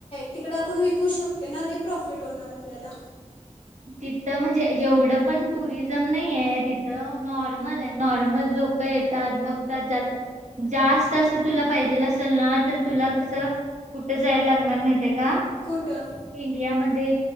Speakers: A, on the left; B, on the right.
A: तिकड आपण विकू शकतोय ना लई प्रॉफिट होणार आपल्याला
B: तिथं म्हणजे एवढं पण टुरिझम नाही आहे तिथं नॉर्मल आहे नॉर्मल लोक येतात बघ पण जात जास्त अस तुला पाहिजेल असेल ना तर तुला कस कुठं जायला लागणार माहित का
A: कुठं
B: इंडियामध्ये